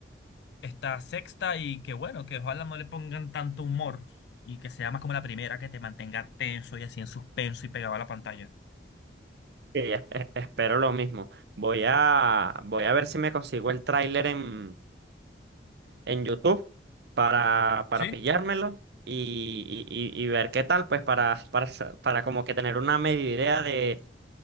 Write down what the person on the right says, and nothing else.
Sí, es- es- espero lo mismo. Voy a, voy a ver si me consigo el tráiler en, en YouTube para, para
pillármelo. Y, y- y- y ver qué tal, pues para, para, sa- para como que tener una media idea de-